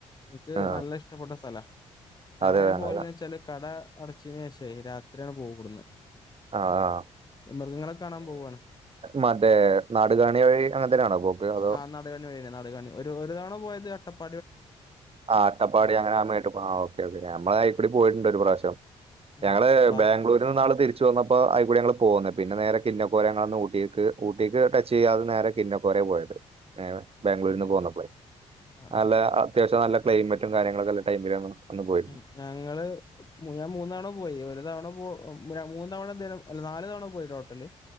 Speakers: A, on the left; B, on the right.
A: എനിക്ക്
B: ആ
A: നല്ല ഇഷ്ടപ്പെട്ട സ്ഥലാ ഞങ്ങളെങ്ങനെ
B: അതെ അതെ
A: പോവല്ന്ന് വെച്ചാല് കട അടച്ചീന് ശേഷേ രാത്രിയാണ് പോവും ഇവട്ന്ന്
B: ആഹഹ
A: മൃഗങ്ങളെ കാണാം പോവാണ്
B: മറ്റേ നാടുകാണി വഴി അങ്ങനത്തേനാണോ പോക്ക് അതോ
A: ആ നാടുകാണി വഴി എന്നേ നാടുകാണി ഒരു ഒരു തവണ പോയത് കേട്ടപ്പ
B: ആഹ് അട്ടപ്പാടി അങ്ങനെ അമ്മയട്ട് പോ ആ ഓക്കെ ഓക്കെ നമ്മളയിക്കൂടി പോയിട്ടുണ്ട് ഒരു പ്രാവശ്യം
A: ഉം
B: ഞങ്ങള്
A: ബാക്കി
B: ബാംഗ്ലൂരിൽ നിന്നാളെ തിരിച്ചു <unintelligible> വന്നപ്പ അയിക്കൂടി ങ്ങങ്ങള് പോന്ന് പിന്നെ നേരെ കിന്നക്കോര ഞങ്ങളന്ന് ഊട്ടീക്ക് ഊട്ടീക്ക് ടച്ച് ചെയ്യാതെ നേരെ കിന്നക്കോരെ <unintelligible> പോയിട്ട് ഏ ബാംഗ്ലൂരിന്ന്
A: ഉം
B: നിന്ന്
A: ഉം
B: പോന്നപ്പേ
A: ആ ആ
B: നല്ല അത്യാവശ്യം നല്ല ക്ലൈമറ്റും കാര്യങ്ങളൊക്കെ ഉള്ള ടൈമിലാണ് അന്ന് പോയിരുന്നത്
A: ഉം ഞങ്ങള് ഞാൻ മൂന്നവണ പോയി ഒരു തവണ പോ മൂന്ന തവണ ദിനം അല്ല നാലല് തവണ പോയി ടോട്ടല്